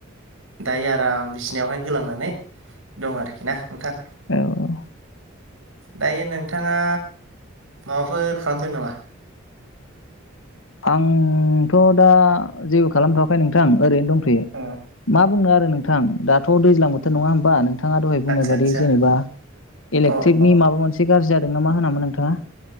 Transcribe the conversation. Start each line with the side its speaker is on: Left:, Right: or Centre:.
Right: दायो आराम बिस्नायावहाय गोलांनानै दं आरोखि ना। नोंथां
Left: औ औ
Right: दायो नोंथाङा माबाफोर खालामदों नामा?
Left: आंथ' दा जेबो खालामथ'वाखै नोंथां ओरैनो दंथ'यो
Right: ओ
Left: मा बुंनो आरो। नोंथां दाथ' दैज्लां बोथोर नङा होमबा नों थाङा दहाय बुंनाय
Right: आदसा
Left: बायदि
Right: आदसा
Left: जेनेबा इलेकट्रिकनि
Right: अ अ
Left: माबा मोनसे गाज्रि जादों ना मा होनामोन नोंथाङा?